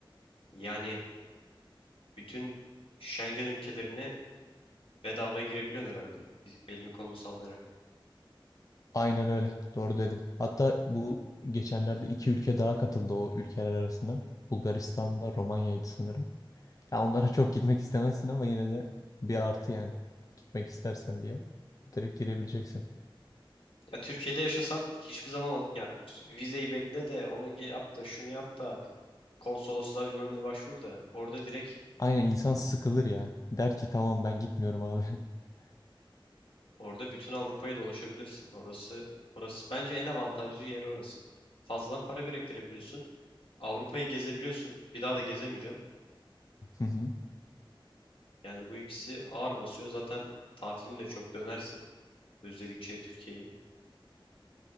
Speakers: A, on the left; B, on the left.
A: Yani bütün Schengen ülkelerine bedavaya girebiliyorsun herhalde. Biz- Elini kolunu sallayarak.
B: Aynen öyle. Doğru dedin. Hatta bu geçenlerde iki ülke daha katıldı o ülkeler arasına. Bulgaristan'la Romanya'ydı sanırım. Ya onlara çok gitmek istemezsin ama yine de bir artı yani. gitmek istersen diye direkt girebileceksin.
A: Ya Türkiye'de yaşasan hiçbir zaman ya vizeyi bekle de onu ge- yap da şunu yap da konsolosluğa bilmem ne başvur da orada direkt
B: Aynen insan sıkılır ya. Der ki tamam ben gitmiyorum abi. <laughs>
A: orada bütün Avrupa'yı dolaşabilirsin. Orası orası bence en avantajlı yer orası. Fazladan para biriktirebiliyorsun. Avrupa'yı gezebiliyorsun. Bir daha da gezemeyeceksin.
B: Hı hı.
A: Yani bu ikisi ağır basıyor. Zaten tatilin de çok dönersin. Özledikçe Türkiye'yi.